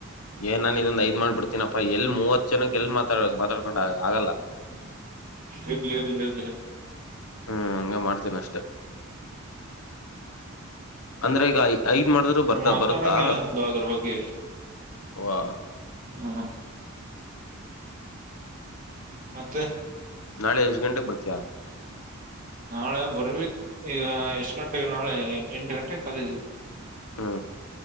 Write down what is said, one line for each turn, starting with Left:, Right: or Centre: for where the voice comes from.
Left: ಏನ್ ನನ್ ಇದೊ ಐ್ ಮಾಡ್ಬಡ್ತನಪ್ಪಾ ಮೂವತ್ತು ಚೆನ್ನಾಗಿ ಎಲ್ ಮಾತಾಡ್ ಮಾತಾಡ್ಕೊಂಡ ಆಗಲ್ಲ
Right: ಇರ್ಲಿ ಇರ್ಲಿ ಇರ್ಲಿ
Left: ಹ್ಮ್ ಹಂಗ ಮಾಡ್ತೀನಿ ಅಷ್ಟೆ ಅಂದ್ರೆ ಈಗ ಐದ್ ಮಾಡಿದ್ರು ಬರ್ತ
Right: ಮಾತಾಡಂಗಿಲ್ಲ
Left: ಬರುತ್ತಾ
Right: ಅಂತ ಅದ್ರ ಬಗ್ಗೆ
Left: ವಾ
Right: ಹ್ಮ ಮತ್ತೆ
Left: ನಾಳೆ ಎಷ್ಟ್ ಗಂಟೆಗೆ ಬರ್ತೀಯಾ
Right: ನಾಳೆ ಬರ್ಬೇಕು ಈಗ ಎಷ್ಟು ಗಂಟೆಗೆ ನಾಳೆ ಎಂಟು ಗಂಟೆಗೆ ಕಾಲೇಜ್ ಇದ್ವಿ
Left: ಹಾ